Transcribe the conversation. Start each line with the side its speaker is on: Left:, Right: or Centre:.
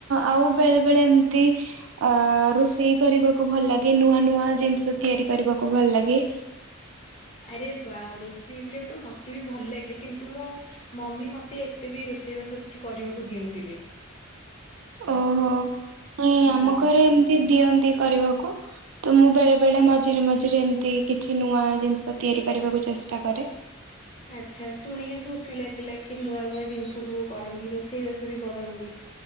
Right: ଆଉ ବେଳେ ବେଳେ ଏମିତି ଅ ରୋଷେଇ କରିବାକୁ ଭଲ ଲାଗେ ନୂଆ ନୂଆ ଜିନିଷ ତିଆରି କରିବାକୁ ଭଲ ଲାଗେ।
Left: ଆରେ ବା ରୋଷେଇ କରିବାକୁ ତ ମତେ ବି ଭଲ ଲାଗେ କିନ୍ତୁ ମୋ ମମି ମତେ ଏତେ ବି ରୋଷେଇବା ସବ କିଛି କରିବାକୁ ଦିଅନ୍ତିନି। <inaudible>
Right: ଓହୋ ନାଇଁ
Left: ହଁ।
Right: ଆମ ଘରେ ଏମତି ଦିଅନ୍ତି କରିବାକୁ ତ ମୁଁ ବେଳେ ବେଳେ ମଝିରେ ମଝିରେ ଏମିତି କିଛି ନୂଆ ଜିନିଷ ତିଆରି କରିବାକୁ ଚେଷ୍ଟା କରେ
Left: ଆଚ୍ଛା ଶୁଣିକି ଖୁସି ଲାଗିଲା କି ନୂଆ ନୂଆ ଜିନିଷ ସବୁ କରନ୍ତି ରୋଷେଇବାଷେଇ ବି କରନ୍ତି।